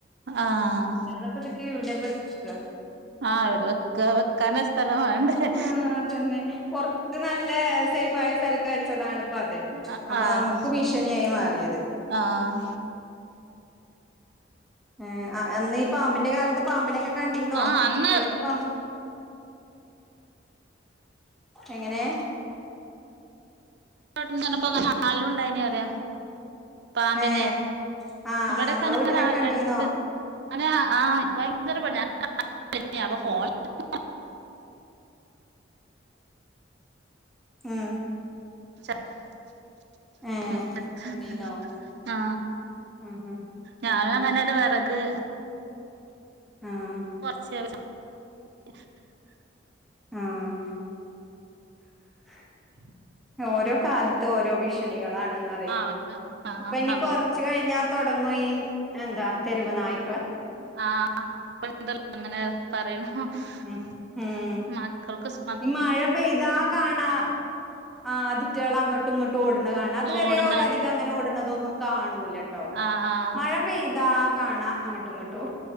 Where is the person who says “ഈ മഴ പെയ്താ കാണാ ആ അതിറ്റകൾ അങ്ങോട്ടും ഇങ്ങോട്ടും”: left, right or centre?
Centre